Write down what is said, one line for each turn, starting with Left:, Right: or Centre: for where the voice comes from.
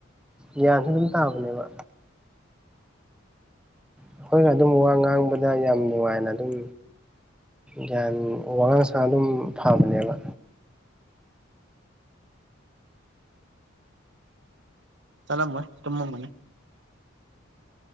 Centre: ꯒ꯭ꯌꯥꯟꯁꯨ ꯑꯗꯨꯝ ꯇꯥꯕꯅꯦꯕ ꯑꯩꯈꯣꯏꯅ ꯑꯗꯨꯝ ꯋꯥ ꯉꯥꯡꯕꯗ ꯌꯥꯝ ꯅꯨꯡꯉꯥꯏꯅ ꯑꯗꯨꯝ ꯒ꯭ꯌꯥꯟ ꯋꯥꯉꯥꯡ ꯁ ꯑꯗꯨꯝ ꯐꯕꯅꯦꯕ
Right: ꯆꯂꯃ ꯇꯨꯝꯃ ꯃꯅꯤ